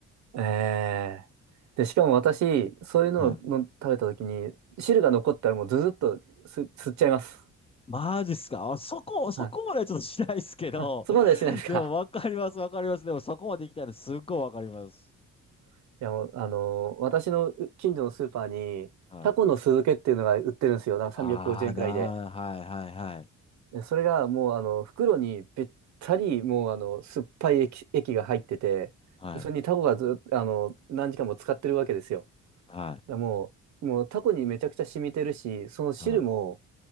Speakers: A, on the right; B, on the left.
A: ええで、しかも私、そういうのをの食べた時に、
B: はい。
A: 汁が残ったらもうずずっとす吸っちゃいます。
B: マジっすか。あそこ、そこまではちょっとしないですけど、
A: はい。あ、そこまではしないですか。
B: でもわかります、わかります。でもそこまで行きたいのすっごいわかります。
A: <laughs> いや、もう、あのー私のう近所のスーパーに、
B: はい
A: タコの酢漬けっていうのが売ってるんですよ。なんか350円くごじゅうえんくらいで。
B: ああ、なあ、はいはいはい。
A: でそれがもうあの袋にべったりもうあの酸っぱい液、液が入ってて、
B: はい、
A: でそれにタコがずっとあの何時間も使ってるわけですよ。
B: はい、
A: だからもう、もうタコにめちゃくちゃ染みてるし、その汁も
B: はい。